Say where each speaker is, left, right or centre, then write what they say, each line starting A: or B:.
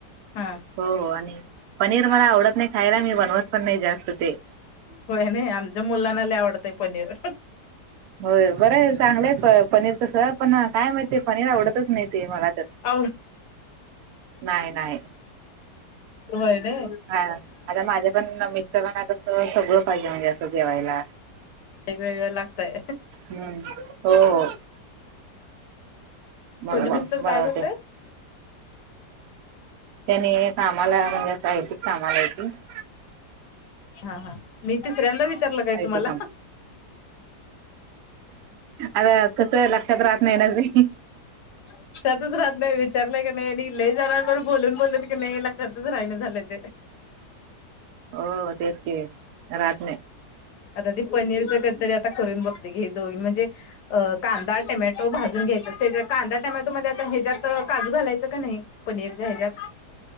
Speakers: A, on the left; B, on the right.
A: हा
B: हो हो आणि पनीर मला आवडत नाही खायला मी बनवत पण नाही जास्त ते
A: होय नाही आमच्या मुलांना लय आवडतय पनीर
B: हो बरं आहे चांगलंय पनीर तस पण काय माहित आहे पनीर आवडतच नाही ते मला तर
A: आ
B: नाही नाही
A: होय न
B: हा आता माझ्या पण मिस्तरांना कसं सगळं पाहिजे म्हणजे असं जवायला
A: वेगवेगळं लागतय
B: हम्म हो हो मग
A: तुमचे मिस्टर
B: बनवते
A: काय करतयत
B: त्यानी कामाला म्हणजे साहित्यिक कामाला आहे कती.
A: हा हा मी तिसऱ्यांदा विचारलं काय
B: आयटी
A: तुम्हाला.
B: अ अ कसर लक्षत आत्नयनलरी.
A: लक्षातच राहत नाही विचारलंय की नाही आणि ल जाणार पण बोलून बोलत की नाही लक्षातच राहि नाही झालंय ते
B: हो तेच क रात नाही.
A: आता ती पनीरच कधतरी आता करून बघते घे दोघ म्हणजे अ कांदा टमॅटो भाजून घ्यायचा त्याच्या. कांदा टॅमॅटोमध्येध्ये आता ह्याच्या्यात काजू घालायचं का नाही पनीरच्या ह्याच्या्यात.